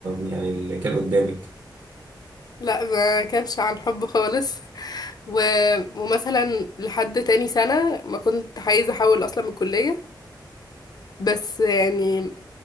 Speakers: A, on the right; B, on the left.
A: يعني اللي كان قدامك
B: لا ما كانش عن حب خالص <laughs> و... ومثلا لحد تاني سنة ما كنت عايزة احول اصلا من الكلية بس يعني